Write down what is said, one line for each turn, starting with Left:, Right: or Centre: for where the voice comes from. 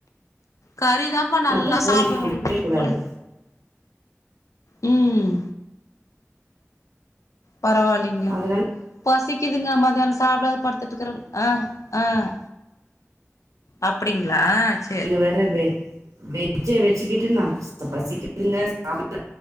Left: கறிதா அப்ப நல்லா
Right: மட்டும் பூனைக்கு
Left: சாப்படனு
Right: கொடுக்கவே
Left: வீட்டு
Right: கூடாது
Left: போனே ம் பரவாலிங்களே
Right: அதனால
Left: பசிக்குதுங்க மதியான சாப்பிடது படுத்துட்டுக்றாங்க ஆஹ் ஆஹ் அப்டிங்களா சேர்
Right: வருவே வெஜ்ஜ வச்சுக்கிட்டு நா பசிக்குதுங்க சாப்டலா